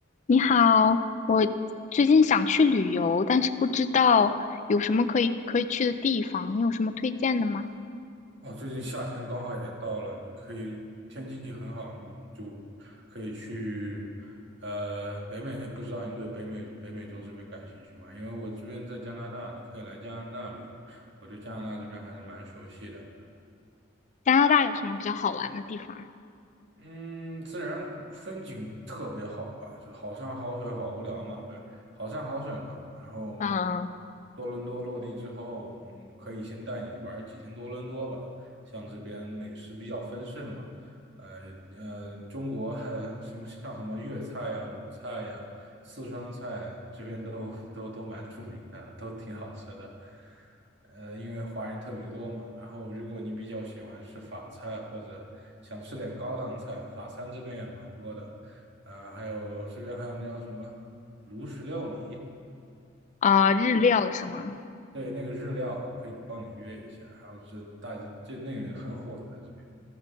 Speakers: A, on the left; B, on the right.
A: 你好，我最近想去旅游，但是不知道有什么可以可以去的地方，你有什么推荐的吗？
B: 哦，最近夏天刚好也到了，你可以天气很好，你就可以去呃北美。不知道你对北美北美洲这边感兴趣吗？因为我这边在加拿大，你可以来加拿大旅游。我对加拿大这边还是蛮熟悉的。
A: 加拿大有什么比较好玩的地方
B: 嗯，自然风景特别好吧，就好山好水好无聊嘛，不是好山好水嘛。然后
A: 啊嗯
B: 多伦多落地之后，嗯，可以先带你玩几天多伦多吧。像这边美食比较丰盛嘛，呃呃，中国 <laughs> 什么像什么粤菜呀、鲁菜呀，四川菜这边都都都蛮著名的，都挺好吃的。呃，因为华人特别多嘛，然后如果你比较喜欢吃法菜或者想吃点高档菜，法餐这边也蛮多的。呃，还有这边还有那叫什么炉石料理，
A: 啊，日料是吗？
B: 对，那个日料我可以帮你约一下，然后是大这那个很火的在这边，